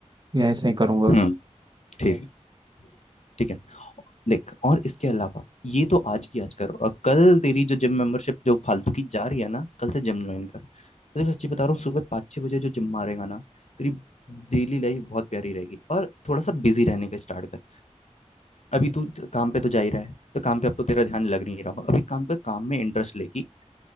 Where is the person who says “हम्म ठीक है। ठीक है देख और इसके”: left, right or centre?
Left